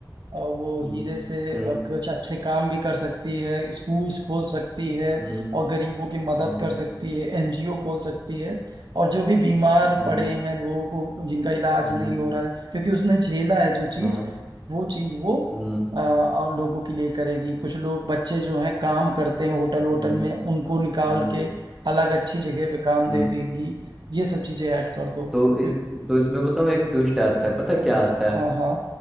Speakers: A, on the right; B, in the centre.
A: अ, वो
B: हम्म
A: हीरे से
B: हम्म
A: अ, कुछ अच्छे काम भी कर सकती है स्कूल्स खोल सकती है
B: हम्म
A: और गरीबों की मदद
B: हम्म
A: कर सकती है एनजीओ खोल सकती है और जो भी बीमार
B: हम्म
A: पड़े
B: हम्म
A: हैं लोगों को जिनका इलाज
B: हम्म,
A: नहीं हो रहा है क्योंकि उसने झेला है जो चीज
B: हाँ
A: वो चीज वो
B: हम्म
A: अ, और लोगों के लिए करेगी कुछ लोग बच्चे जो हैं काम करते हैं होटल होटल
B: हम्म
A: में उनको निकाल
B: हम्म
A: के अलग अच्छी जगह पे काम
B: हम्म।
A: दे देगी ये सब चीजें ऐड कर दो
B: तो
A: फिर-
B: इस तो इसमें बताऊँ एक ट्विस्ट आता है पता क्या आता है
A: हाँ हाँ